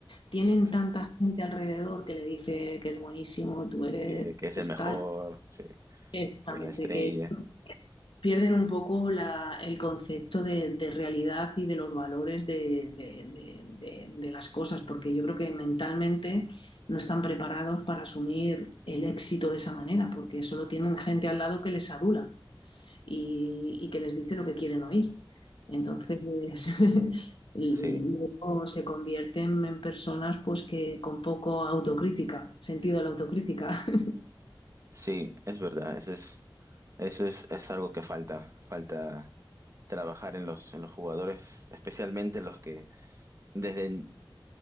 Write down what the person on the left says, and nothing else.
tienen
tanta gente alrededor que le dice que es buenísimo, tú eres
tal,
exactamente,
que pierden un poco la- el concepto de, de realidad y de los valores de, de- de- de- de las cosas, porque yo creo que mentalmente no están preparados para asumir el éxito de esa manera, porque solo tienen gente al lado que les adula y, y que les dice lo que quieren oír. Entonces, <laughs> luego
se convierten en personas pues que con poco autocrítica, sentido de la autocrítica. <laughs>